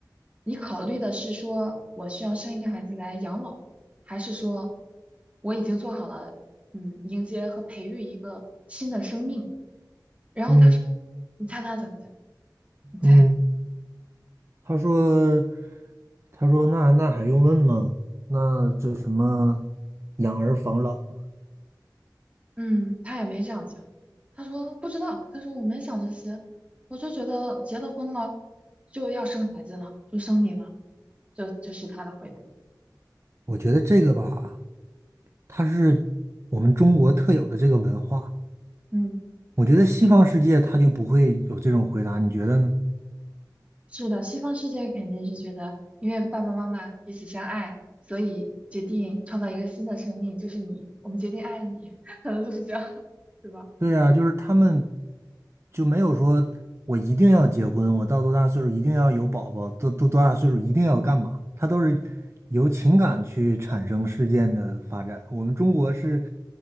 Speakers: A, on the right; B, on the right.
A: 你考虑的是说我需要生一个孩子来养老，还是说我已经做好了，嗯，迎接和培育一个新的生命？然后他说，
B: 嗯
A: 你猜他怎么讲？你猜？
B: 嗯，他说，他说那那还用问吗？那这什么养儿防老嘛？
A: 嗯，他也没这样讲。他说不知道，他说我没想这些，我就觉得结了婚了就要生孩子了，就生你了，这这是他的回答。
B: 我觉得这个吧，它是我们中国特有的这个文化。
A: 嗯。
B: 我觉得西方世界他就不会有这种回答，你觉得呢？
A: 是的，西方世界肯定是觉得，因为爸爸妈妈彼此相爱，所以决定创造一个新的生命，就是你，我们决定爱你，<laughs> 可能就是这样，对吧？
B: 对呀，就是他们就没有说我一定要结婚，我到多大岁数一定要有宝宝，多多多大岁数一定要干嘛？他都是由情感去产生事件的发展。我们中国是